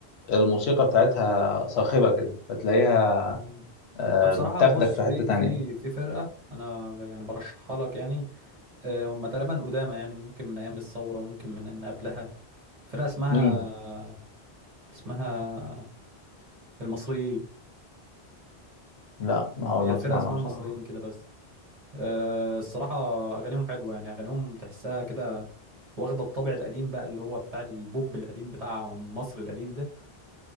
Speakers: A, on the left; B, on the right.
A: الموسيقى بتاعتها صاخبة كده فتلاقيها
B: مم.
A: آه،
B: انا بصراحه
A: بتاخدك
B: بص
A: في حتة
B: في
A: تانية
B: في في فرقه انا ب- يعني برشحها لك يعني آه، هم تقريبا قدامى يعني ممكن من ايام الثوره ممكن من ان قبلها فرقه اسمها
A: مين؟
B: اسمها المصريين
A: لا ما أول
B: هي
A: مرة
B: الفرقه
A: أسمع
B: اسمها
A: عنها بصراحة
B: المصريين كده بس آه، الصراحه اغانيهم حلوه يعني اغانيهم تحسها كده واخده الطابع القديم بقى اللي هو بتاع البوب القديم بتاع مصر القديم ده